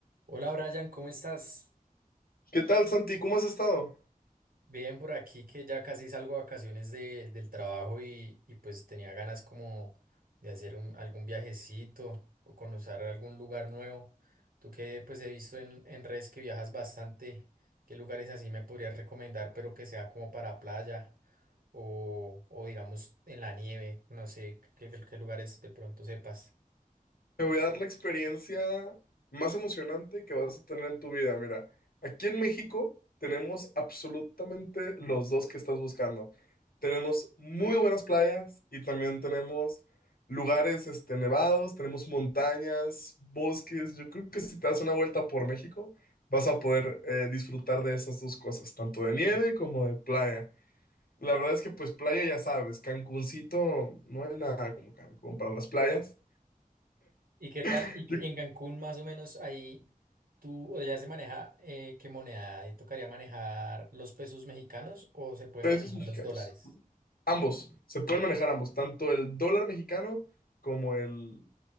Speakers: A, on the right; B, on the left.
A: Hola Brian, ¿cómo estás?
B: ¿Qué tal, Santi? ¿Cómo has estado?
A: Bien por aquí que ya casi salgo de vacaciones de- del trabajo y, y pues tenía ganas como de hacer un- algún viajecito o conocer algún lugar nuevo. Tú que pues he visto en, en redes que viajas bastante, ¿qué lugares así me podrías recomendar, pero que sea como para playa o, o digamos en la nieve? No sé qué, qué qué lugares de pronto sepas.
B: Te voy a dar la experiencia más emocionante que vas a tener en tu vida. Mira, aquí en México tenemos absolutamente los dos que estás buscando. Tenemos muy buenas playas y también tenemos lugares, este, nevados, tenemos montañas, bosques. Yo creo que si te das una vuelta por México, vas a poder eh, disfrutar de esas dos cosas, tanto de nieve como de playa. La verdad es que pues playa ya sabes, Cancuncito no hay nada como Cancún para las playas.
A: ¿Y qué
B: <laughs>
A: tal? ¿Y, qué-
B: Yo
A: y
B: creo
A: en Cancún más o menos ahí? ¿Tú ya se maneja eh, qué moneda? ¿Y ¿Tocaría manejar los pesos mexicanos o se puede
B: que
A: manejar
B: esos mexicanos.
A: los dólares?
B: Ambos, se pueden manejar ambos, tanto el dólar mexicano como el,